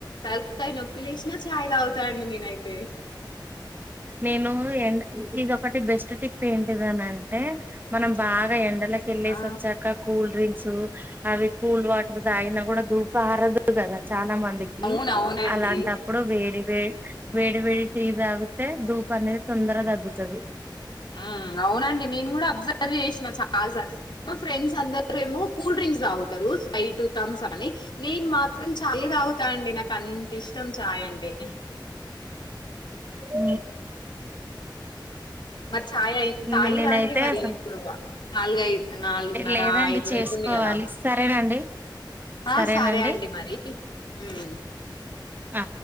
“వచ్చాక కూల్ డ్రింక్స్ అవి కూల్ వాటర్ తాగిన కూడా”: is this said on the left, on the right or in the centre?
Right